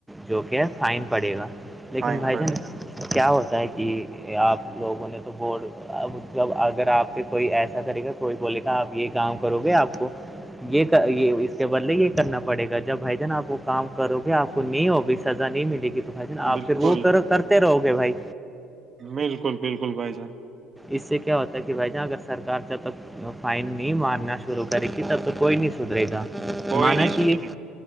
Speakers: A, in the centre; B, on the right (about 30°).
A: جو کہ ہے فائن پڑے گا لیکن
B: فائن
A: بھائی
B: پڑے
A: جان
B: گا
A: کیا ہوتا ہے کہ آپ لوگوں نے تو بٹ جب اگر آپ پہ کوئی ایسا کرے گا کوئی بولے گا آپ یہ کام کرو گے آپ کو یہ یہ اس کے بدلے یہ کرنا پڑے گا جب بھائی جان آپ کام کرو گے آپ کو نہیں ہوگی سزا نہیں ملے گی تو بھائی ج نا آپ
B: بالکل
A: پھر وہ کرو کرتے رہو گے بھائی
B: بالکل بالکل بھائی جان
A: اس سے کیا ہوتا کہ بھائی جان اگر سرکار جب تک فائن نہیں مارنا شروع کرے گی تب تک کوئی نہیں سدھرے گا
B: کوئی
A: مانا
B: نہیں
A: کہ
B: سدھرے